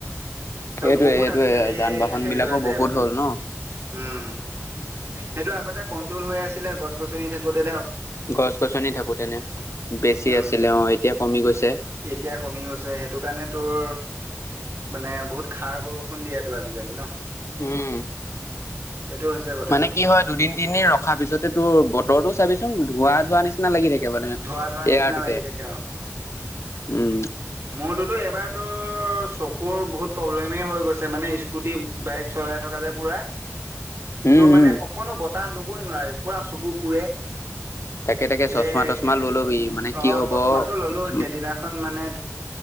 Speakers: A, on the left (about 60°); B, on the right (about 55°).
A: সেইটোয়ে
B: আৰু বহুত
A: সেইটোয়ে
B: আজিকালি
A: যান বাহন
B: হেৰি
A: বিলাকো
B: হৈ যায়
A: বহুত
B: মানে
A: হ'ল ন
B: উম। সেইটো আগতে কন্ত্ৰল হৈ আছিলে গছ, গছনি থাকোঁতে
A: গছ, গছনি থাকোতেনে বেছি
B: উম
A: আছিলে অ', এতিয়া কমি গৈছে।
B: এতিয়া কমি গৈছে, সেইটো কাৰণে তোৰ মানে বহুত খাৰ বৰষুণ দিয়ো টো আজিকালি ন।
A: উম।
B: সেইটো হৈছে। কথাটো
A: মানে কি হয়, দুদিন, তিনদিন ৰখাৰ পিছতে তোৰ বতৰৰতো চাবিচোন একদম, ধোৱা, ধোৱা নিচিনা লাগি থাকে মানে এয়াৰটোতে
B: ধোৱা ধোৱা নিচিনা লাগি থাকে অ
A: উম।
B: মোৰতোতো এবাৰতো চকুৰ বহুত প্ৰব্লেমে হৈ গৈছে মানে স্কুটি, বাইক চলাই থকা যে পুৰা
A: উম
B: তোৰ মানে
A: উম
B: অকণো বতাহ লবই নোৱাৰি পুৰা চকু পুৰে।
A: তাকে তাকে চচমা
B: এ'
A: তচমা
B: সেইদিন
A: লৈ লবি মানে
B: অঁ',
A: কি হব
B: -চচমাটো ল'লো সেইদিনাখন
A: উ
B: মানে-